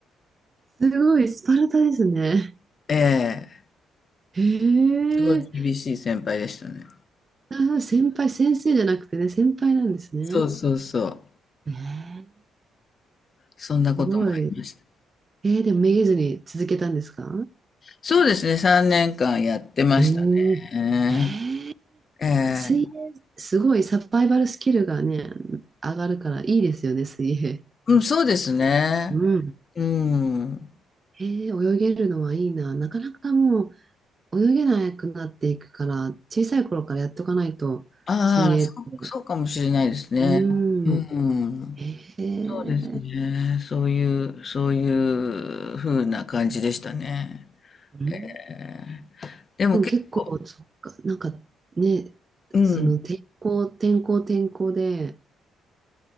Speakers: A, on the right (about 35°); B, on the left (about 45°).
A: すごい、スパルタですね。
B: ええ
A: ええ
B: すごい厳しい先輩でしたね。
A: あ、先輩、先生じゃなくてね、先輩なんですね。
B: そうそうそう。
A: ええ
B: そんなこともありました。
A: すごい。ええでもめげずに続けたんですか
B: そうですね、3年間やってました
A: おおええ
B: ね。ええ、
A: 水泳、すごいサバイバルスキルがね、上がるからいいですよね、水泳。
B: うん、そうですね。
A: うん。
B: うん。
A: ええ泳げるのはいいな。なかなかもう、泳げなくなっていくから、小さい頃からやっとかないと、
B: ああ、
A: 水泳って。
B: そう、そうかもしれないですね。
A: う
B: うん。
A: ん。へえ。
B: そうですね。そういう、そういう風な感じでしたね。
A: うん。
B: ええ。でも結構、
A: でも結構、そっか、なんかね、
B: うん、
A: その天候、天候、天候で、